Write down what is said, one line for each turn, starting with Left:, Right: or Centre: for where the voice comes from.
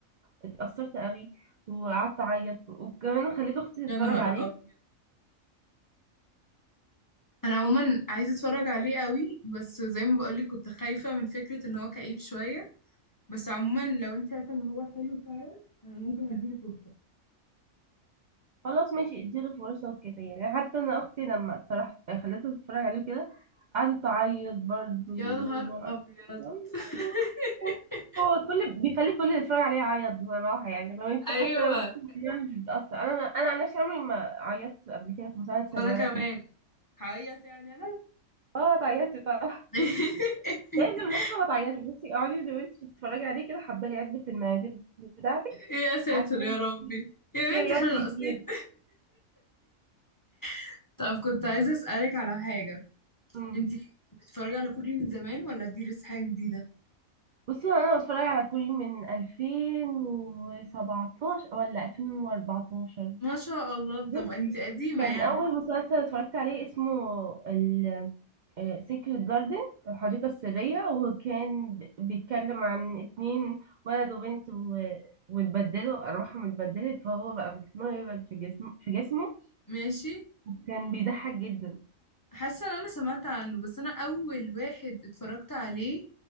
Right: فاتأثرت قوي وقعدت أعيط وكمان خليت أختي
Left: يا
Right: تتفرج
Left: نهار
Right: عليه
Left: ابيض انا عموما عايزه اتفرج عليه قوي بس زي ما بقولك كنت خايفه من فكره ان هو كئيب شويه بس عموما لو انت شايفه ان هو حلو فعلا انا ممكن اديله فرصه
Right: خلاص ماشي اديله فرصة وكده يعني حتى انا اختي لما اقترحت خليتها تتفرج عليه كده قعدت تعيط برضه وما
Left: يا نهار ابيض
Right: والله
Left: <laughs>
Right: هو هو هو كل بيخلي كل اللي يتفرج عليه يعيط بصراحة يعني لو انت
Left: ايوه
Right: حتى لو انت يعني مش بتأثر انا انا عن نفسي عمري ما عيطت قبل كده في مسلسل
Left: وانا
Right: ولا
Left: كمان
Right: فيلم
Left: هعيط يعني انا
Right: اه تعيطي طبعا
Left: <laughs>
Right: لازم لازم هتعيطي بصي اقعدي وانت بتتفرجي عليه كده حضري علبة المناديل بتاعتك
Left: يا ساتر
Right: عشان
Left: يا ربي يا
Right: في عياط
Left: بنت احنا
Right: كتير
Left: ناقصين <laughs> طب كنت عايزه اسالك على حاجه
Right: مم.
Left: انتي بتتفرجي على كوري من زمان ولا دي لسه حاجه جديده
Right: بصي هو انا بتفرج على كوري من 2017 ولا 2014
Left: ما شاء الله
Right: بس
Left: طب انتي قديمه
Right: كان
Left: يعني
Right: اول مسلسل اتفرجت عليه اسمه ال سيكريت جاردن الحديقة السرية وكان ب- بيتكلم عن اتنين ولد وبنت و... واتبدلوا أرواحهم اتبدلت فهو بقى في جسمه يبعد في جسمه في جسمه
Left: ماشي
Right: وكان بيضحك جدا
Left: حاسه ان انا سمعت عنه بس انا اول واحد اتفرجت عليه